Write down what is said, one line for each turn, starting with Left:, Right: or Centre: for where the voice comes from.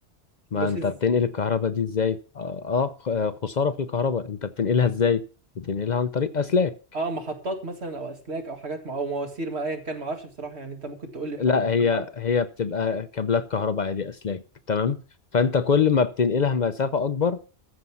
Left: ما
Right: لوسز
Left: انت بتنقل الكهرباء دي ازاي اه آه، خ- آه، خسارة في الكهرباء انت بتنقلها ازاي بتنقلها عن طريق اسلاك
Right: اه محطات مثلا او اسلاك او حاجات مع او مواسير ما ايا كان ما اعرفش بصراحه يعني انت ممكن تقول لي الحوار
Left: لا هي
Right: ده ما اعرفش
Left: هي بتبقى كابلات كهرباء عادي اسلاك تمام فانت كل ما بتنقلها مسافة اكبر